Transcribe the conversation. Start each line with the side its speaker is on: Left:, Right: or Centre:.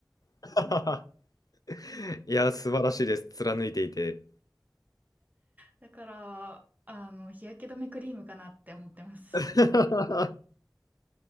Left: <laughs> いや、素晴らしいです。貫いていて。
Right: だから、あの、日焼け止めクリームかなって思ってます。
Left: <laughs>